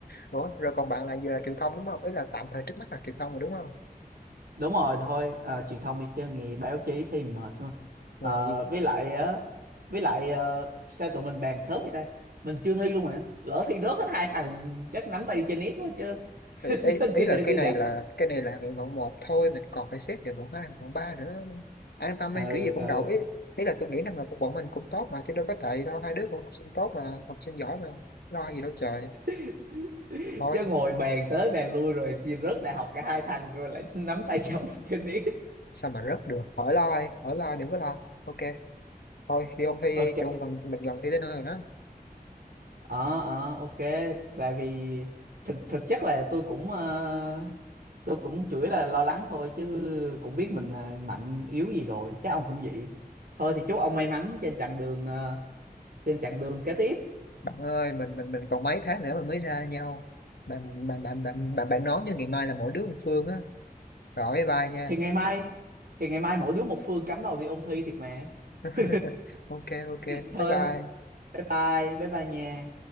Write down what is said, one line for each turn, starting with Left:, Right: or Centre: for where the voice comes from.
Left: Ủa, rồi còn bạn là giờ là truyền thông đúng không ý là tạm thời trước mắt là truyền thông rồi đúng không
Right: đúng rồi thôi ờ, truyền thông đi chứ nghề báo chí thì mệt quá
Left: rồi
Right: Ờ, với lại á với lại ờ, sao tụi mình bàn sớm vậy ta mình chưa thi luôn mà lỡ thi rớt hết hai thằng chắc nắm tay đi chơi net quá chứ <laughs>
Left: Thì ý,
Right: đi
Left: ý
Right: đi
Left: là
Right: đây
Left: cái
Right: đi
Left: này
Right: đã
Left: là cái này là nguyện vọng một thôi mình còn phải xét nguyện vọng hai nguyện vọng ba nữa an tâm
Right: ừ
Left: ấy kiểu gì cũng
Right: ừ
Left: đậu ý ý là tôi nghĩ năng lực của bọn mình cũng tốt mà chứ đâu có tệ đâu hai đứa cũng học sinh tốt mà học sinh giỏi mà lo gì đâu trời
Right: <laughs>
Left: thôi
Right: chứ ngồi bàn tới bàn lui rồi chia rớt đại học cả hai thằng rồi lại nắm tay nhau <laughs> trên ý
Left: sao mà rớt được khỏi lo ai khỏi lo đừng có lo ok thôi đi ôn thi đi,
Right: ok
Left: chung gần mình gần thi tới nơi rồi đó
Right: ờ ờ ok tại vì thực thực chất là tôi cũng ờ, tôi cũng chủ yếu là lo lắng thôi chứ cũng biết mình ờ, mạnh yếu gì rồi chắc ông cũng vậy thôi thì chúc ông may mắn trên chặng đường ờ, trên chặng đường kế tiếp
Left: bạn ơi mình mình mình còn mấy tháng nữa mà mới ra nhau bạn bạn bạn bạn bạn, bạn nói cho ngày mai là mỗi đứa một phương á rồi bye bye nha
Right: thì ngày mai thì ngày mai mỗi đứa một phương cắm đầu đi ôn thi thiệt mà
Left: <laughs>
Right: <laughs>
Left: ok ok
Right: thôi
Left: bye bye
Right: bye bye bye bye nha